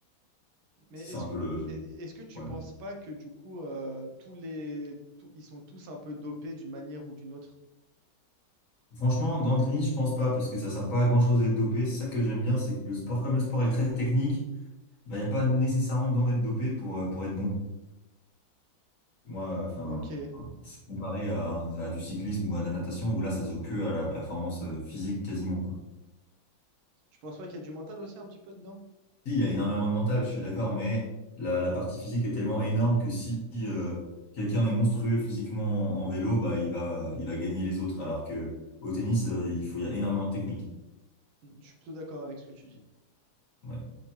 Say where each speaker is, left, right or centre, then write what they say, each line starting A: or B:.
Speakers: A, on the right; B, on the left.
A: Mais
B: C'est ça
A: est-ce
B: un peu
A: que,
B: le le
A: et- est-ce que tu
B: problème.
A: penses pas que du coup, euh, tous les, tous- ils sont tous un peu dopés d'une manière ou d'une autre?
B: Franchement, dans le tennis, je pense pas parce que ça sert pas à grand-chose d'être dopé. C'est ça que j'aime bien, c'est que le sport, comme le sport est très technique, bah, il n'y a pas nécessairement besoin d'être dopé pour, euh, pour être bon. Moi, enfin,
A: Ok.
B: c'est comparé à, à du cyclisme ou à de la natation, où là, ça se joue que à la performance euh, physique quasiment, quoi.
A: Tu penses pas qu'il y a du mental aussi un petit peu dedans?
B: Si, il y a énormément de mental, je suis d'accord, mais la, la partie physique est tellement énorme que si euh, quelqu'un est monstrueux physiquement en, en vélo, bah, il va, il va gagner les autres, alors que au tennis, euh, il faut, il y a énormément de technique.
A: Je suis plutôt d'accord avec ce que tu dis.
B: Ouais.